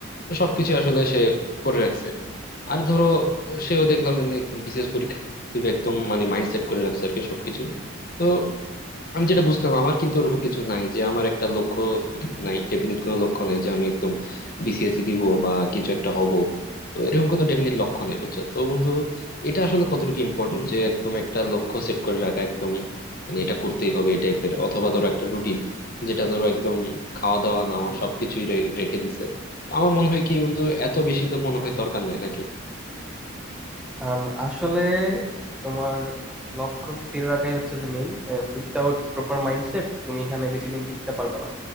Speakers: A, on the left; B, in the centre.
A: তো সবকিছু আসলে সে করে রাখছে আর ধরো সেও দেখলাম মানে একদম বিশেষ পরীক্ষা দিবে একদম মানে মাইন্ডসেট করে রাখছে আর কি সবকিছু তো আমি যেটা বুঝলাম আমার কিন্তু ওরকম কিছু নাই যে আমার একটা লক্ষ্য নাই ডেফিনিট কোনো লক্ষ্য নাই যে আমি একদম বিসিএসসি দিব বা কিছু একটা হব তো এরকম কোনো ডেফিনিট লক্ষ্য নাই বুঝছো তো বন্ধু এটা আসলে কতটুকু ইম্পর্টেন্ট যে একদম একটা লক্ষ্য সেট করে রাখা একদম মানে এটা করতেই হবে এই টাইপের অথবা ধরো একটা রুটিন যেটা ধরো একদম খাওয়া দাওয়া নেওয়া সবকিছুই রে- রেখে দিছে আমার মনে হয় কি বন্ধু এত বেশি তো মনে হয় দরকার নাই নাকি
B: আম, আসলে তোমার লক্ষ্য স্থির রাখাই হচ্ছে যে মেইন উইথাউট প্রপার মাইন্ডসেট তুমি এখানে বেশি দিন টিকতে পারবে না